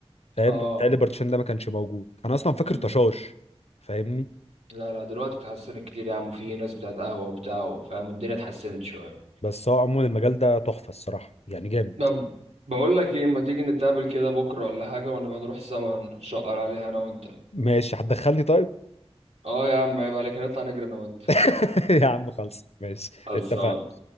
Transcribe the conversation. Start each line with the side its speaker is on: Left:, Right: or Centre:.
Left: فاهم
Right: اه
Left: فمتهيألي البارتيشن ده ما كانش موجود انا اصلا فاكر
Right: امم
Left: طشاش فاهمني
Right: لا لا دلوقتي اتحسنت كتير يا عم في ناس بتاعت قهوه وبتاع فاهم الدنيا اتحسنت شويه
Left: بس هو عموما المجال ده تحفه الصراحه يعني جامد
Right: طب بقول لك ايه اما تيجي نتقابل كده بكره ولا حاجه ونبقى نروح سوا نشقر عليها انا وانت
Left: ماشي هتدخلني طيب
Right: اه يا عم عيب عليك نطلع نجري انا وانت
Left: <laughs> يا عم خلص ماشي
Right: خلصان
Left: اتفقنا